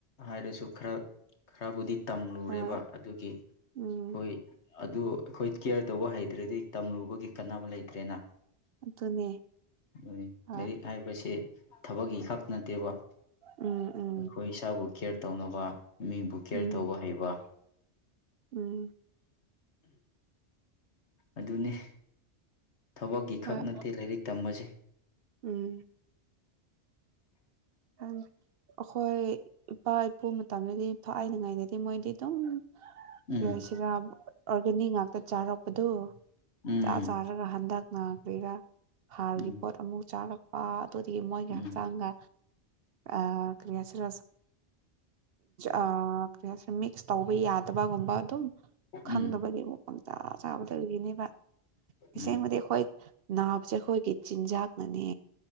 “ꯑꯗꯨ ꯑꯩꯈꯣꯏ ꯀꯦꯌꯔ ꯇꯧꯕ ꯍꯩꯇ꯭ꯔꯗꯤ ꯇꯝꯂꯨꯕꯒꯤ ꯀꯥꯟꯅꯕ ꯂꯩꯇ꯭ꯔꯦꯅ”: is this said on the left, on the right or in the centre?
Left